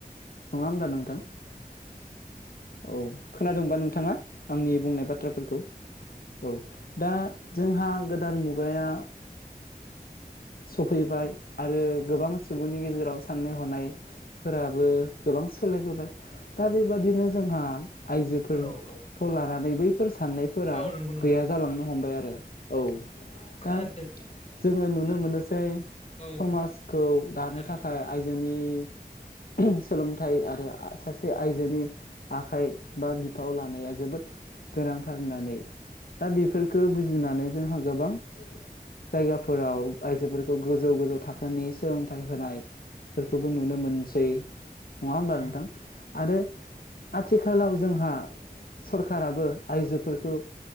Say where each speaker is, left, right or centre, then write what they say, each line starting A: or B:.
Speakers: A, on the left; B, on the left.
A: नङा होमब्ला नोंथां औ खोनादोंबा नोंथाङा आंनि बुंनाय बाथ्राफोरखौ औ दा जोंहा गो दान मुगाया सौ फैबाय आरो गोबां सुबुंनि गेजेराव साननाय हनायफोराबो गोबां सोलायबोबाय दा बेबादिनो जोंहा आइजोफोरखौ
B: औ औ
A: लानानै बै फोर साननायफोरा
B: औ नंगौ नोंथां
A: गैया जालांनो हमबाय आ रो औ
B: खोनादों
A: दा जोङो नुनो
B: नोंथां
A: मोनोसै
B: औ
A: समाजखौ दानो
B: खोनादों
A: थाखाय
B: नोंथां
A: आइजोनि <unintelligible> सोलोंथाइ आरो आ सासे आइजोनि आखाइ बा बिफाव लानाया जोबोद गोनांथार होननानै दा बेफोरखो बुजिनानै जोंहा गोबां जायगाफोराव आइजोफोर खौ गोजौ गोजौ थाखोनि सोलोंथाइ होनायफोरखौबो नुनो मोनसै नङा होमबा
B: उम,
A: नोंथां आरो आथिखालाव जोंहा सरखाराबो आइजोफोरखौ